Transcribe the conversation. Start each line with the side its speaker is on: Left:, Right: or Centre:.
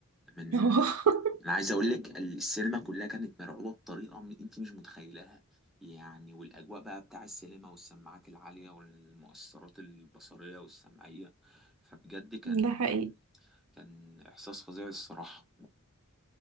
Centre: من
Right: <laughs>
Centre: انا عايز اقول لك السينما كلها كانت مرعوبه بطريقه م- انت مش متخيلها يعني والاجواء بقى بتاع السينما والسماعات العاليه والمؤثرات البصريه والسمعيه فبجد كان
Right: ده حقيقي
Centre: كان احساس فظيع الصراحه